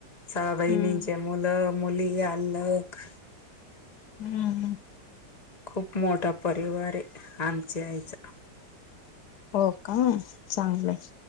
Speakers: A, on the left (about 30°); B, on the left (about 70°).
A: सहा बहिणींचे
B: हम्म.
A: मुलं मुली अख
B: हम्म हम.
A: खूप मोठा परिवार आहे आमच्या आईचा
B: हो का चांगलंय.